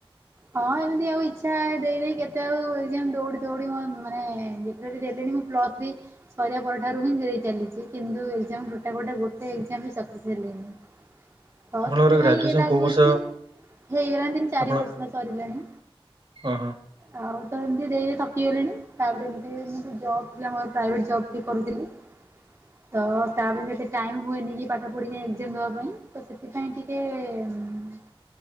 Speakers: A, on the right; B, on the right.
A: ହଁ ଏମିତି ଆଉ ଇଚ୍ଛା ଦେଇ ଦେଇ କେତେ ଆଉ ଏକ୍ଜାମ୍ ଦୌଡ଼ି ଦୌଡ଼ି ମୁଁ ମାନେ ରେ ବି ଦେଲିଣି ମୁଁ ପ୍ଲସ ଥ୍ରି। ସରିବା ପରଠାରୁ ହିଁ ଦେଇ ଚାଲିଛି। କିନ୍ତୁ ଏକ୍ଜାମ୍ ଗୋଟା ଗୋଟା ଗୋଟେ ଏକ୍ଜାମ ବି ସକ୍ସେସ୍ ହେଲିନି। ହଁ
B: ଆପଣଙ୍କର
A: ସେଥିପାଇଁ
B: ଗ୍ରାଜୁଏସନ
A: ଇଏ ଲାଗୁଛି
B: କୋଉ ବର୍ଷ
A: ହେଇଗଲାଣି ତିନ ଚାରି
B: ଆପଣ
A: ବ ସରିଲାଣି।
B: ଓହୋ
A: ଆଉ ତ ଏମିତି ଦେଇ ଦେଇ ଥକି ଗଲିଣି ତାପରେ ଏମିତି ମୁଁ ବି ଜବ୍ ଆମର ପ୍ରାଇଭେଟ ଜବ୍ ବି କରୁଥିଲି। ତ ତା ପାଇଁ ବି ଏତେ ଟାଇମ୍ ହୁଏନି କି ପାଠ ପଢ଼ିକି ଏକ୍ଜାମ ଦେବା ପାଇଁ ତ ସେଥିପାଇଁ ଟିକେ ଉଁ।